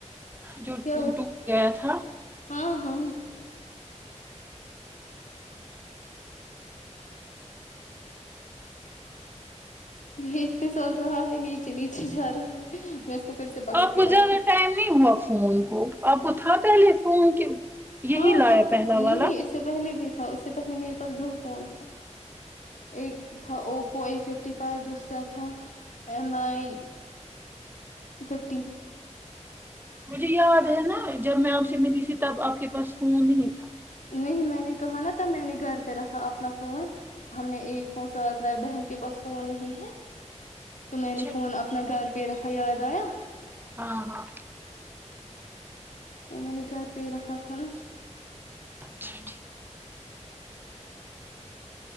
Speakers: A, on the right; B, on the left.
A: جوٹک
B: کیا
A: گیا تھا
B: ہاں ہاں نھیچ پسل رہا ہے نیچے نیچے جا رہا ہے میں اس کو پھر سے پکڑ
A: آپ
B: کے
A: کو
B: لاتی
A: زیادہ ٹائم نہیں ہوا فون کو آپ کو تھا پہلے خون کہ یہی
B: ہاں
A: لایا
B: ہاں
A: پہلا
B: نہیں
A: والا
B: اس سے پہلے بھی تھا اس سے پہلے میرے پاس دو فون تھے ایک تھا اوپو ا ففٹی فائیو دوسرا تھا ایم آئی ففٹی
A: مجھے یاد ہے نا جب میں آپ سے ملی تھی تب آپ کے پاس فون نہیں تھا
B: نہیں میں نے کہا نا تب میں نے گھر پہ رکھا اپنا فون ہم نے ایک فون سات لئ بہن کے پاس فون نہیں ہے تو میں
A: اچھا
B: نے فون
A: ٹھیک
B: اپنا گھر پہ رکھا یاد آیا
A: ہاں ہاں
B: وہ میں نے گھر پہ ہی رکھا تھا نا
A: اچھا